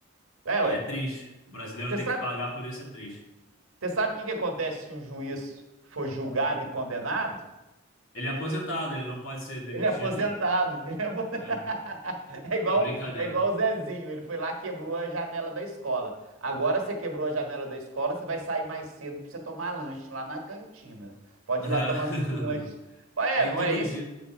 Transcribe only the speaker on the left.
E
é triste. O brasileiro
tem
que pagar por isso, é triste.
Ele é aposentado, ele não pode ser demitido.
né?
É, brincadeira.
É.
<laughs>
Aí
todo
dia.